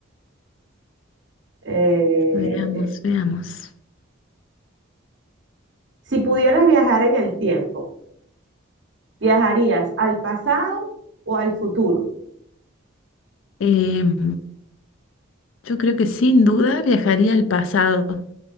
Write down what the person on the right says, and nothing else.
Eh,
si pudieras viajar en el tiempo, ¿viajarías al pasado o al futuro?